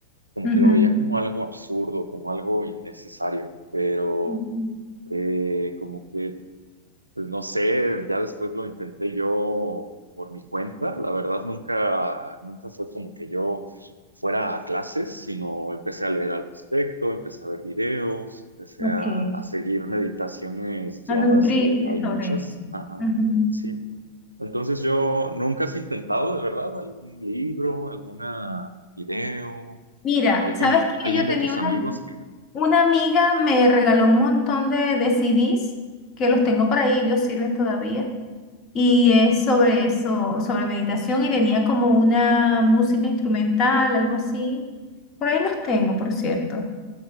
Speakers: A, on the right; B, on the left.
A: como
B: ujú,
A: que lo veía como algo absurdo, como algo innecesario, pero
B: ujú,
A: eh, como que pues no sé, ya después lo intenté yo por mi cuenta. La verdad, nunca, nunca fue como que yo fuera a clases, sino empecé a leer al respecto, empecé a ver videos, empecé
B: Ok,
A: a, a seguir meditaciones guiadas,
B: a nutrirte
A: que hay
B: sobre
A: muchas.
B: eso.
A: Ajá,
B: Ujú.
A: sí. Entonces yo nunca has intentado, de verdad, algún libro, alguna video,
B: Mira,
A: o alguien,
B: ¿sabes que
A: alguien
B: Yo
A: de
B: tenía
A: tus
B: una,
A: amigos que...
B: una amiga, me regaló un montón de, de CDs que los tengo por ahí, ellos sirven todavía. y es sobre eso, sobre meditación y tenía como una música instrumental, algo así. Por ahí los tengo, por cierto.